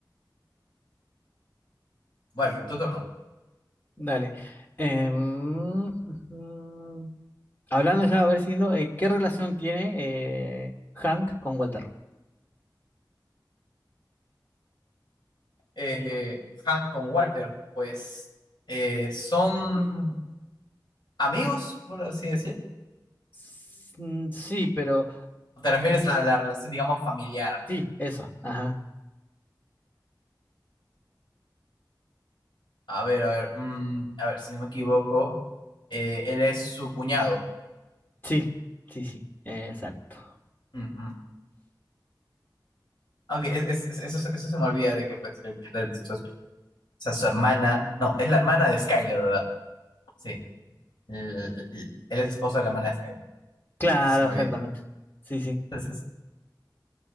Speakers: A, on the left; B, on the left.
A: Bueno, tu turno.
B: Dale. Em, ujú. hablando ya, a ver, siguiendo, eh, ¿qué relación tiene eh, Hank con Walter?
A: eh, Han con Walter, pues eh, son amigos, por así decirlo.
B: S- mm, Sí, pero
A: ¿Te refieres a la relación, digamos, familiar?
B: sí, eso, ajá.
A: A ver, a ver, mm, a ver, si no me equivoco, eh, él es su cuñado.
B: Sí, sí, sí, exacto.
A: Ujú. Ok, e-, es- es- eso, eso se me olvida de que pues, de- de su, o sea, su hermana, no, es la hermana de Skyler, ¿verdad? Sí, L- l- él es esposo de la hermana de Skyler,
B: Claro,
A: eso se me
B: exactamente.
A: olvida.
B: Sí, sí.
A: Entonces,